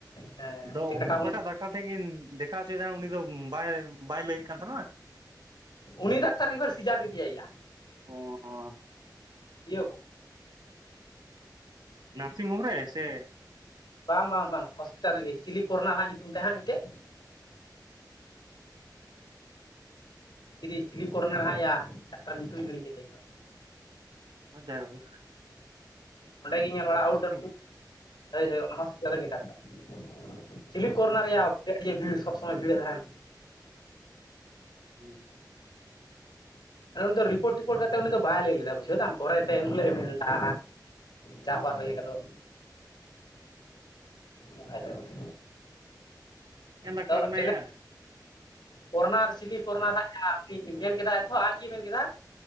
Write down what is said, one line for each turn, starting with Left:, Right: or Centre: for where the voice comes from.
Left: ᱦᱮᱸ
Right: ᱟᱫᱚ
Left: ᱢᱤᱫᱴᱮᱡ ᱠᱟᱴᱟ
Right: ᱚᱠᱟᱴᱟᱜ
Left: ᱵᱚᱞᱮ
Right: ᱰᱟᱠᱛᱟᱨ ᱴᱷᱮᱜ ᱠᱤᱧ ᱫᱮᱠ ᱠᱟᱣ ᱚᱪᱚᱭᱮᱫᱟ ᱩᱱᱤ ᱫᱚᱢ ᱵᱟᱭ ᱵᱟᱭ ᱞᱟᱹᱭᱮᱜ ᱠᱟᱱ ᱛᱟᱦᱮᱸᱜᱱᱟ
Left: ᱩᱱᱤ ᱰᱟᱠᱛᱟᱨ ᱤᱵᱟᱨ ᱥᱤᱡᱟᱨ ᱠᱮᱫᱮᱟᱭᱟᱭ ᱭᱟ
Right: ᱚᱻ
Left: ᱤᱭᱟᱹᱜ
Right: ᱱᱟᱨᱥᱤᱝ ᱦᱳᱢ ᱨᱮ ᱥᱮ
Left: ᱵᱟᱝ ᱵᱟᱝ ᱵᱟᱝ ᱦᱚᱥᱯᱤᱴᱟᱞ ᱨᱮᱜᱮ ᱪᱤᱞᱤ ᱠᱳᱨᱱᱟ ᱦᱟᱸᱜ ᱧᱩᱛᱩᱢ ᱛᱟᱭ ᱦᱟᱸᱜ ᱢᱤᱴᱮᱜ ᱪᱤᱞᱤ ᱪᱤᱞᱤ ᱠᱚᱨᱮᱱᱟᱨ ᱦᱟᱸᱜ ᱭᱟ ᱰᱟᱠᱛᱟᱨ ᱧᱩᱛᱩᱢᱤᱧ ᱦᱤᱲᱤᱧ ᱠᱮᱫ ᱛᱟᱭᱟ ᱤᱧᱦᱚᱸ
Right: ᱡᱟᱭ ᱦᱳᱠ
Left: ᱚᱸᱰᱮ ᱜᱮ ᱧᱮᱞ ᱵᱟᱲᱟ ᱟᱣᱩᱴᱰᱳᱨ
Right: <unintelligible>
Left: ᱦᱳᱭ ᱦᱳᱭ ᱚᱱᱟ ᱦᱚᱸᱥᱯᱤᱴᱟᱞ ᱨᱮᱱᱜᱮ ᱰᱟᱠᱴᱟᱛ ᱪᱤᱞᱤ ᱠᱚᱨᱱᱟᱨ ᱭᱟ <unintelligible> ᱟᱹᱰᱤ ᱵᱷᱤᱲ ᱥᱚᱵᱽ ᱥᱚᱢᱚᱭ ᱵᱷᱤᱲᱮ ᱛᱟᱦᱮᱸᱱ
Right: ᱦᱩᱸ
Left: ᱟᱫᱚ ᱩᱱᱤ ᱫᱚ ᱨᱤᱯᱳᱨᱴ ᱴᱤᱯᱳᱴ ᱠᱟᱛᱮᱜ ᱩᱱᱤ ᱫᱚ ᱵᱟᱭ ᱞᱟᱹᱭ ᱞᱮᱫᱟ ᱵᱩᱡᱷᱟᱹᱣ ᱫᱟᱢ ᱯᱚᱨᱮᱛᱮ ᱩᱱᱦᱤᱞᱳᱜ ᱢᱮᱱᱫᱟ ᱡᱟ ᱦᱟᱣᱟᱨ ᱦᱳᱭᱮ ᱜᱮᱞᱳ
Right: <inaudible>
Left: ᱚᱝᱠᱟᱭ ᱫᱟᱭ ᱵᱚᱞᱮ
Right: ᱪᱮᱜ ᱠᱟᱱ ᱰᱟᱠᱛᱟᱨ
Left: ᱟᱫᱚ
Right: ᱠᱟᱱᱟᱭ
Left: ᱛᱮᱱᱮ
Right: ᱭᱟ
Left: ᱠᱚᱨᱱᱟᱨ ᱪᱤᱞᱤ ᱠᱚᱨᱱᱟᱨ ᱦᱟᱸᱜ ᱭᱟ ᱩᱱᱤ ᱢᱮᱱ ᱠᱮᱫᱟ ᱛᱷᱚ ᱟᱡᱜᱮ ᱢᱮᱱ ᱠᱮᱫᱟ